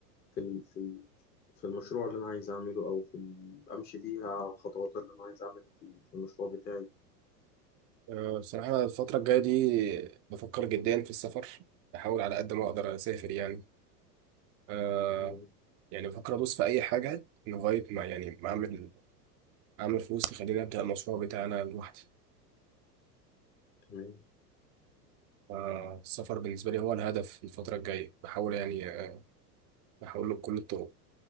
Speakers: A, on the left (about 20°); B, on the right (about 30°).
A: في ال- في ال- في المشروع اللي انا عايز اعمله او في ال- امشي بيها على الخطوات اللي انا عايز اعملها في في المشروع بتاعي
B: أه، بصراحة أنا الفترة الجاية دي بفكر جدا في السفر بحاول على قد ما اقدر اسافر يعني آه،
A: مم،
B: يعني بفكر ادوس في اي حاجه لغايه ما يعني ما اعمل اعمل فلوس تخليني ابدا المشروع بتاعي انا لوحدي
A: تمام
B: فالسفر بالنسبه لي هو الهدف الفتره الجايه بحاول يعني آه، بحاول له بكل الطرق